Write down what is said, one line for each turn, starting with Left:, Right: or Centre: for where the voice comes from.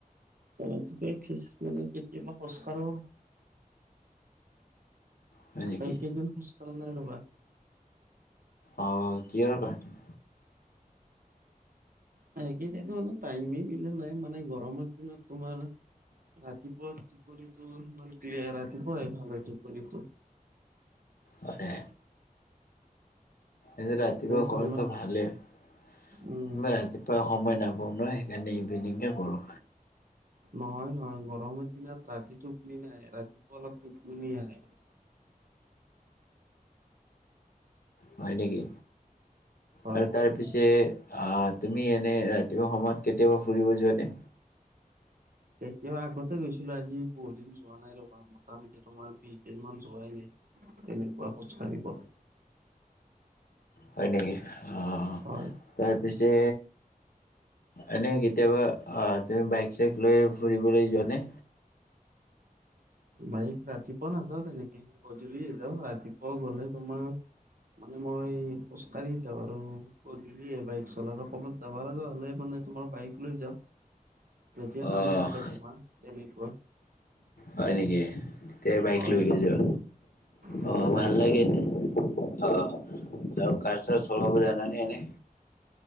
Right: অ ৰাতিপুৱা এক্সাৰচাইজ মানে কেতিয়াবা খোচ কাৰো।
Left: হয় নেকি
Right: এইকেইদিন পিছফালে নাই ৰ'বা।
Left: অ কিহৰ কাৰণে
Right: সেই কেইদিনটো অলপ টাইমে মিলা নাই মানে গৰমৰ দিনত তোমাৰ ৰাতিপুৱা টোপনি তোৰ মন ক্লিয়াৰ ৰাতিপুৱা হয় ভাল হয় টোপনি তোৰ
Left: হয় এনে ৰাতিপুৱা
Right: ভাল
Left: কৰাটো
Right: ন
Left: ভালে ৰাতিপুৱা
Right: উম
Left: সময় নাপাওঁ নহয় সেইকাৰণে ইভিনিঙে কৰোঁ।
Right: নহয় নহয় গৰমৰ দিনত ৰাতি টোপনি নাই ৰাতিপুৱা অলপ টোপনি আহে।
Left: হয় নেকি
Right: হয়
Left: আৰু তাৰ পিছে তুমি এনে ৰাতিপুৱা সময়ত কেতিয়াবা ফুৰিব যোৱা নে?
Right: কেতিয়াও আগতে গৈছিলো আজি বহু দিন যোৱা নাই ৰবা মোটামুটি তোমাৰ বিছদিনমান যোৱাই নাই। তেনেকুৱা খোজকাঢ়িব
Left: হয় নেকি অ
Right: হয়
Left: তাৰ পিছে এনেই কেতিয়াবা অ তুমি বাইক চাইক লৈ ফুৰিবলৈ যোৱানে
Right: বাইক ৰাতিপুৱা নাযাও তেনেকে গধূলিয়ে যাওঁ ৰাতিপুৱা গলে তোমাৰ মানে মই খোজকাঢ়ি যাওঁ আৰু <unintelligible> বাইক চলাৰ কবাত যাব লগা হ'লে মানে তোমাৰ বাইক লৈ যাম যেতিয়া
Left: অ
Right: কাম থাকে তোমাৰ তেনেকুৱা
Left: হয় নেকি? তে বাইক
Right: হয়
Left: লৈ গৈ যোৱা
Right: তেতিয়া
Left: অ ভাল
Right: বাইক
Left: লাগে
Right: লৈ যায়
Left: দে অ আৰু কাৰ চাৰ চলাব জানেনে এনেই